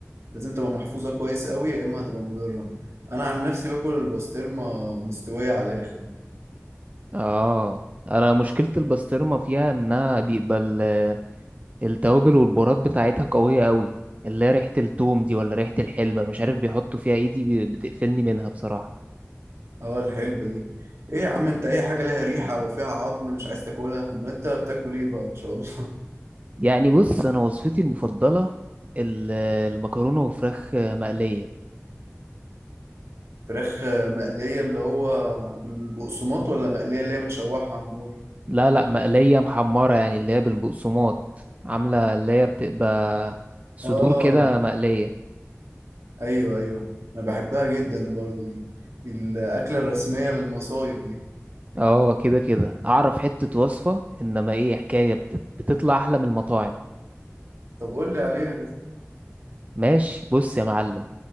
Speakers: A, on the right; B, on the right.
A: لازم تبقى محفوظة كويس قوي يا إما هتبقى مضرة أنا عن نفسي باكل البسطرمة مستوية على الآخر
B: آه أنا مشكلة البسطرمة فيها إنها بيبقى ال- التوابل والبهارات بتاعتها قوية أوي اللي هي ريحة التوم دي ولا ريحة الحلبة مش عارف بيحطوا فيها إيه دي بي- بتقفلني منها بصراحة
A: اه الحلبة دي إيه يا عم أنت أي حاجة ليها ريحة وفيها عظم مش عايز تاكلها أمال أنت بتاكل إيه بقى إن شاء الله
B: يعني بص أنا وصفتي المفضلة ال- المكرونة وفراخ مقلية
A: <laughs> فراخ آه، مقلية اللي هو بالبقسماط ولا مقلية اللي هي متشوحة على النار
B: لا لا مقلية محمرة يعني اللي هي بالبقسماط عاملة اللي هي بتبقى صدور
A: آه
B: كده مقلية
A: أيوه أيوه أنا بحبها جدا برضو دي دي الأكلة الرسمية للمصايف دي
B: اه كده كده اعرف حتة وصفة انما ايه حكاية بت- بتطلع احلى من المطاعم
A: طب قول لي عليها كده
B: ماشي بص يا معلم